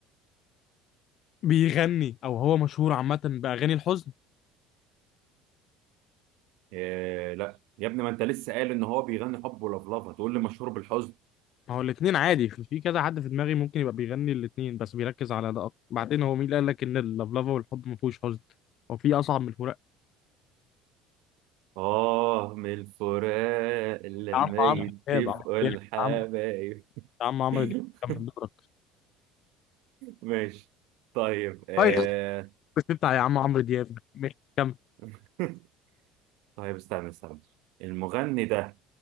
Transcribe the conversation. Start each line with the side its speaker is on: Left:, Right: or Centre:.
Left: بيغني أو هو مشهور عامة بأغاني الحزن؟
Right: آه لا يا ابني ما انت لسه قال ان هو بيغني حب ولفلفه تقول لي مشهور بالحزن
Left: ما هو الاتنين عادي في في كذا حد في دماغي ممكن يبقى بيغني الاتنين بس بيركز على ده أكتر بعدين هو مين اللي قال لك إن اللفلفة والحب ما فيهوش حزن؟ هو في أصعب من الفراق
Right: اه من الفراق لما
Left: يا عم عمرو
Right: يتفقوا
Left: دياب يا
Right: الحبايب
Left: عم يا عم عمرو
Right: <laughs>
Left: دياب كمل دورك
Right: ماشي طيب آه
Left: طيب بس بتاع يا عم عمرو دياب ماشي كمل
Right: <laughs> طيب استنى استنى المغني ده